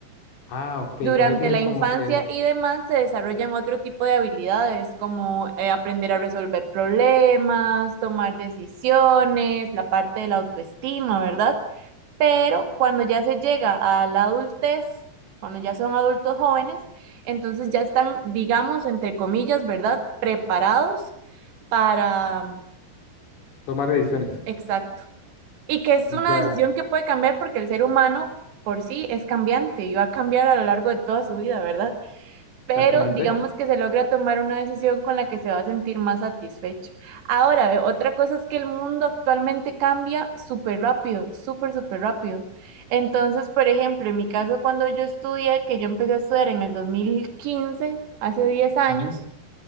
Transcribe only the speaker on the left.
Ah, ok,
cuando ella tienes
como que
tomar decisiones.
Ya.
Exactamente.
ujú.